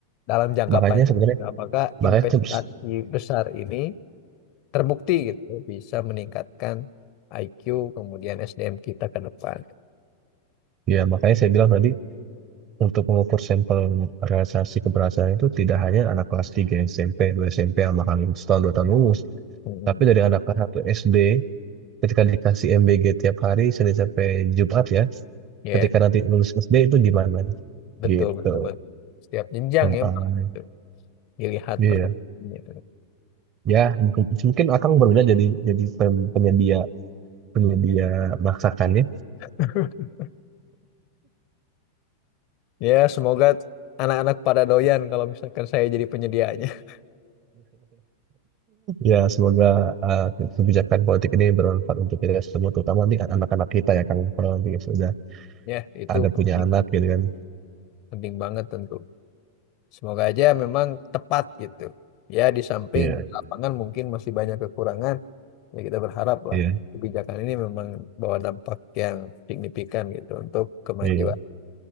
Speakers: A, on the left; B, on the right.
A: dalam jangka
B: makanya
A: panjang.
B: sebenarnya,
A: Apakah
B: makanya
A: investasi
B: se-
A: besar ini terbukti gitu bisa meningkatkan IQ kemudian SDM kita ke depan.
B: Ya, makanya saya bilang tadi untuk mengukur sampel realisasi keberhasilan itu tidak hanya anak kelas 3 SMP, 2 SMP sama kan setahun dua tahun lulus,
A: mm
B: tapi dari anak kelas 1 SD ketika dikasih MBG tiap hari Senin sampai Jumat ya,
A: Ya,
B: ketika nanti lulus SD itu gimana
A: betul
B: gitu.
A: betul betul. Setiap jenjang
B: Nah,
A: ya
B: eh,
A: malah gitu. Dilihat
B: iya.
A: perkembangannya.
B: Ya, mungkin, mungkin akan berbeda jadi jadi pem- penyedia penyedia masakannya.
A: <laughs> Ya, semoga anak-anak pada doyan kalau misalkan saya jadi penyediaannya. <laughs>
B: Ya, semoga uh, kebijakan politik ini bermanfaat untuk kita semua, terutama nanti anak-anak kita ya, Kang. Kalau nanti sudah
A: Ya, itu
B: ada
A: penting
B: punya anak gitu kan.
A: penting banget tentu. Semoga aja memang tepat gitu. Ya, di samping
B: Iya,
A: lapangan mungkin masih banyak kekurangan, ya kita berharap lah
B: iya,
A: kebijakan ini memang bawa dampak yang signifikan gitu untuk kemajuan
B: iya.